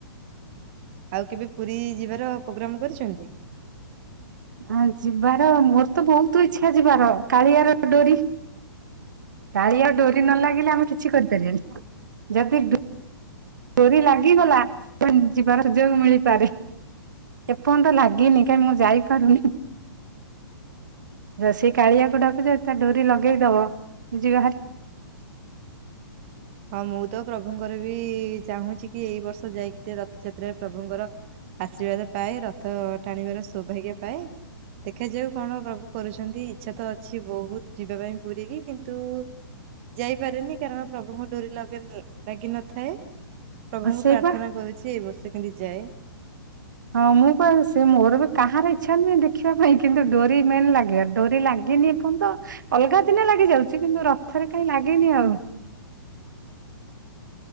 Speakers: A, on the right; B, on the right.
A: ଆଉ କେବେ ପୁରୀ ଯିବାର ପ୍ରୋଗ୍ରାମ କରିଛନ୍ତି?
B: ଆ ଯିବାର ମୋର ତ ବହୁତ ଇଛା ଯିବାର କାଳିଆର ଡୋରି। କାଳିଆ ଡୋରି ନ ଲାଗିଲେ ଆମେ କିଛି କରିପାରିବାନି ଯଦି ଡୋରି ଲାଗିଗଲା ଯିବାର ସୁଯୋଗ ମିଳିପାରେ। ଏପର୍ଯ୍ୟ ତ ଲାଗିନି କାହିଁଁ ମୁଁ ଯାଇପାରୁନି। ସେଇ କାଳିଆକୁ ଡାକୁଛ ତା ଡୋରି ଲଗେଇଦବ ଯିବାହାରି।
A: ହଁ ମୁଁ ତ ପ୍ରଭୁଙ୍କର ବି ଚାହୁଁଛି କି ଏଇ ବର୍ଷ ଯାଇକି ଟେ ରଥଯାତ୍ରାରେ ପ୍ରଭୁଙ୍କର ଆଶୀର୍ବାଦ ପାଏ ରଥ ଟାଣିବାର ସୌଭାଗ୍ୟ ପାଏ। ଦେଖାଯାଉ କଣ ପ୍ରଭୁ କରୁଛନ୍ତି ଇଚ୍ଛା ତ ଅଛି ବହୁତ ଯିବା ପାଇଁ ପୁରୀ କିି କିନ୍ତୁ ଯାଇପାରେନି କାରଣ ପ୍ର ଡୋରି ଲଗ ଲାଗିିନଥାଏ ପ୍ରଭୁଙ୍କୁ
B: ହସେଇବା
A: ପ୍ରାର୍ଥନା କରୁଛି ଏଇ ବର୍ଷ କେମିତି ଯାଏ।
B: ହଁ ମୁଁ ବା ସେ ମୋହର ବି କାହାର ଇଚ୍ଛା ନୁହେଁ ଦେଖିବା ପାଇଁ। କିନ୍ତୁ ଡୋରି ମେନ୍ ଲାଗିବ ଡୋରି ଲାଗେନି ଏପନ୍ତ। ଅଲଗା ଦିନ ଲାଗିଯାଉଛି କିନ୍ତୁ ରଥରେ କାହିଁ ଲାଗେନି ଆଉ।